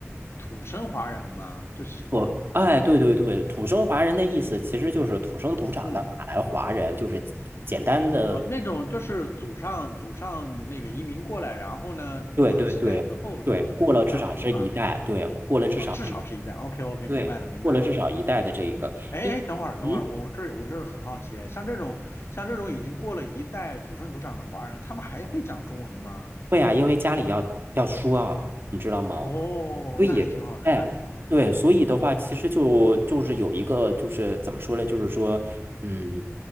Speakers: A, on the left (about 55°); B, on the right (about 50°).
A: 土生华人嘛，就是
B: 我哎，对对对，土生华人的意思其实就是土生土长的马来华人，
A: 嗯
B: 就是简单的，
A: 哦，那种就是祖上祖上那个移民过来，然后呢，
B: 对对对对，
A: 过了几代之后土生土长了是吧？
B: 过了至少是一代，对，过了至少是，
A: 哦，至少是一代。OK OK，
B: 对，
A: 明白了明白了。
B: 过了至少一代的这一个，
A: 哎哎，
B: 因咦，
A: 等会儿等会儿，我我这儿我这儿很好奇哎，像这种像这种已经过了一代土生土长的华人，他们还会讲中文吗？
B: 会啊，因为家里要要说啊，你知道吗？
A: 哦，
B: 所以，
A: 那还挺好的，
B: 哎，
A: 那还挺好的。
B: 对，所以的话，其实就就是有一个，就是怎么说呢？就是说，嗯，